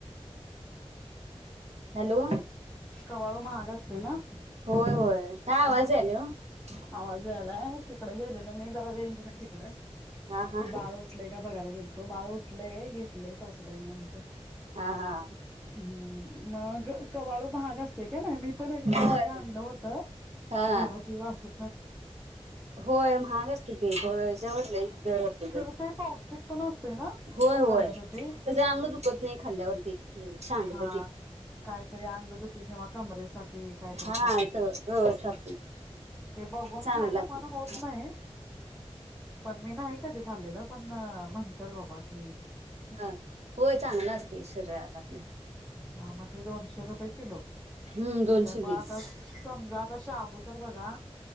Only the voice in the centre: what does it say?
का वाळू महाग असते ना
आवाज यायलाय तिकडे गेलेलो मी जरा रेंज नाही तिकडं
<unintelligible> ते बाळ
उठलेय का बघायला गेलतो, बाळ उठलेय घेतलेय सासू बाईन आमच्या
अम मग कवाळू महाग असते. हे नाही मी पण एकदा मध्ये
आणल होत
घराची वास्तू.
खरं ते पौष्टिक पण असते ना.
खाण्यासाठी
हा.
काहीतरी अंगदुखी किंवा कमरेसाठी काहीतरी
खातात
ते
ते बघून
खायला
मन होत नाही पण मी नाही. कधी खाल्लेलं पण म्हणतात बाबा की.
हा मग. दोनशे रुपये किलो
देताय म
आता समजा आता शाबुत तर बघा